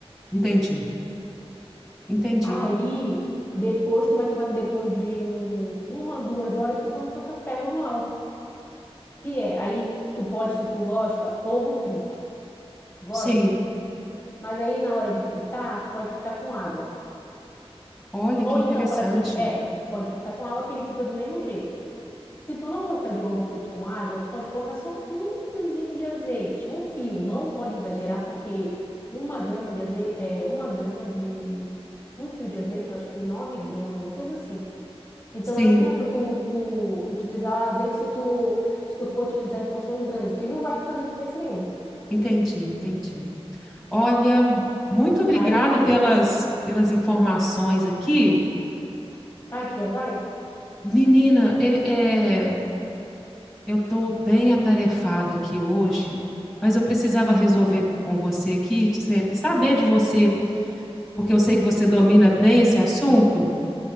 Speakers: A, in the centre; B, on the left.
A: entendi, entendi.
B: Aí, depois tu vai tomar depois de hum, uma, duas horas, tu toma teu café normal. Que é, aí tu pode, se tu gosta, ovo frito. Tu gosta?
A: Sim,
B: Mas aí na hora de fritar, tu pode fritar com água.
A: olha
B: Ou
A: que interessante.
B: então fala assim, é, pode fritar com água que ele frita do mesmo jeito. Se tu não gostar de ovo frito com água, tu pode colocar só um fiozinho de azeite, um fio. Não pode exagerar porque uma grama de azeite, é, uma grama de um fio de azeite, eu acho que tem 9 gramas, uma coisa assim. Então
A: Sim,
B: não adianta tu, tu utilizar azeite se tu, se tu for utilizar em porções grandes, que não vai fazer diferença nenhuma.
A: entendi, entendi. Olha, muito obrigada
B: Aí.
A: pelas, pelas informações aqui.
B: Ah, tu já vai?
A: Menina, é- é, eu estou bem atarefada aqui hoje, mas eu precisava resolver com você aqui, cê- saber de você, porque eu sei que você domina bem esse assunto,